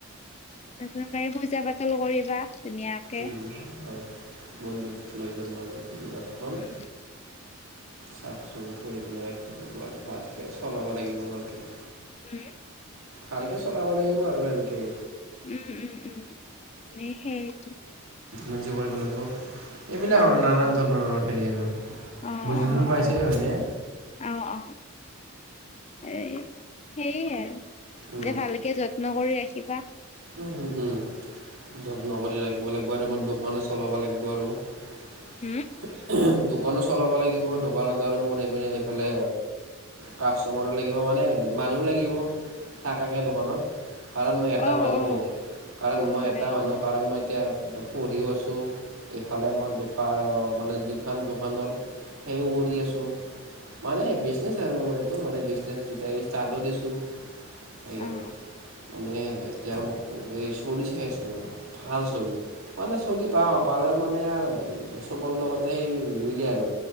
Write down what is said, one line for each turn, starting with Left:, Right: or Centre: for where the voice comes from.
Left: নতুন গাড়ী পূজা পাতল কৰিবা ধুনীয়াকে
Right: উম হয়। মন্দিৰত লৈ যাম বাৰু জিদিনাখন
Left: উম
Right: চাফ চুফ কৰি পিনে ৰাখিব লাগিব আৰু ভালকে চলাব লাগিব ভালকে
Left: উম
Right: ভালকে চলাব লাগিব আৰু সেনকে
Left: উম উম উম সেইতো
Right: মনজি কৰিব লাগিব এইবিলাক
Left: অ
Right: আৰু নানান ধৰণৰ হেৰি আৰু
Left: অ অ
Right: বুজিছুন পাইছে হয় নে
Left: অ অ এই সেইয়ে আৰু
Right: উম,
Left: যে ভালকে যত্ন কৰি ৰাখিবা।
Right: উম, যত্ন কৰি ৰাখিব লাগিব আৰু মোৰ দোকানো চলাব লাগিব আৰু।
Left: হুম
Right: <inaudible> দোকানো চলাব লাগিব, দোকানত আৰু মোৰ এইপিনে এইফালে কাষ্টমাৰো লাগিব মানে মানুহ লাগিব থাকাকে দোকানত, কাৰণ মই এটা
Left: অ
Right: মানুহ,
Left: অ
Right: কাৰণ
Left: অ
Right: মই এটা
Left: লাগিব
Right: মানুহ,
Left: অ
Right: কাৰণ মই এতিয়া পঢ়িও আছো, এইফালে মই দোকা মানে‌ দুখান দোকানৰ সেইও কৰি আছো। মানে বিজনেচ আৰু মোৰ এইটো মানে বিজনেচ দুটাই ষ্টাৰ্টো দিছো। সেই
Left: অ উম
Right: আৰু মানে এতিয়া মোক এই চলি চাই আছো ৰবা। ভাল চলি, মানে চলি পাওঁ পালেও মা মানে আৰ চবৰ লগতে সেই নিমিলে আৰু